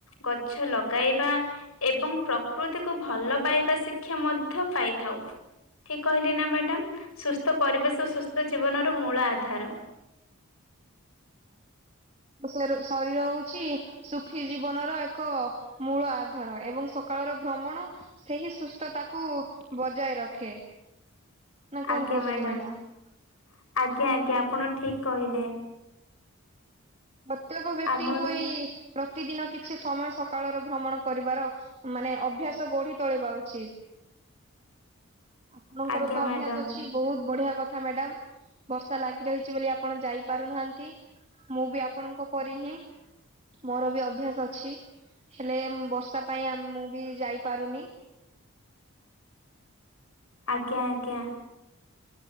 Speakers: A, on the left (about 75°); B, on the right (about 30°).
A: ଗଛ ଲଗାଇବା ଏବଂ ପ୍ରକୃତିକୁ ଭଲ ପାଇବା ଶିକ୍ଷା ମଧ୍ୟ ପାଇଥାଉ। ଠିକ କହିଲି ନା ମ୍ୟାଡ଼ାମ ସୁସ୍ଥ ପରିବେଶ ସୁସ୍ଥ ଜୀବନର ମୂଳ ଆଧାର।
B: ଶର ଶରୀର ହଉଚି ସୁଖୀ ଜୀବନର ଏକ ମୂଳ ଆଧାର ଏବଂ ସକାଳର ଭ୍ରମଣ ସେହି ସୁସ୍ଥତାକୁ ବଜାୟ ରଖେ। ନା କଣ
A: ଆଜ୍ଞା
B: କହୁଛନ୍ତି
A: ମ୍ୟାଡ଼ାମ
B: ମ୍ୟାଡାମ
A: ଆଜ୍ଞା ଆଜ୍ଞା ଆପଣ ଠିକ କହିଲେ।
B: ପ୍ରତ୍ୟେକ ବ୍ୟକ୍ତିଙ୍କୁ
A: ଆମର
B: ଏଇ ପ୍ରତିଦିନ କିଛି ସମୟ ସକାଳର ଭ୍ରମଣ କରିବାର ମାନେ ଅଭ୍ୟାସ ଗଢ଼ି ତୋଳିବା ଉଚିତ୍। ଆପଣଙ୍କର
A: ଆଜ୍ଞା
B: ତ
A: ମ୍ୟାଡ଼ାମ
B: ଅଭ୍ୟାସ ଅଛି। ବୋହୁତ ବଢ଼ିଆ କଥା ମ୍ୟାଡାମ ବର୍ଷା ଲାଗି ରହିଛି ବୋଲି ଆପଣ ଯାଇପାରୁନାହା ତି ମୁଁ ବି ଆପଣଙ୍କ ପରି ହିଁ। ମୋର ବି ଅଭ୍ୟାସ ଅଛି ହେଲେ ବର୍ଷା ପାଇଁ ଆ ମୁଁ ବି ଯାଇପାରୁନି।
A: ଆଜ୍ଞା ଆଜ୍ଞା।